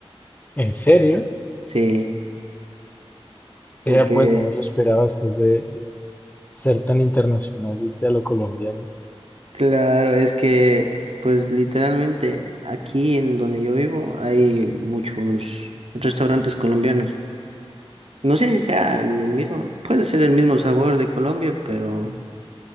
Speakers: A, on the left (about 15°); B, on the right (about 70°).
A: ¿En serio?
B: Sí, porque
A: Vea, pues no me lo esperaba después de, de ser tan internacional y a lo colombiano.
B: claro, es que pues literalmente aquí en donde yo vivo hay muchos restaurantes colombianos. No sé si sea el mismo, puede ser el mismo sabor de Colombia, pero,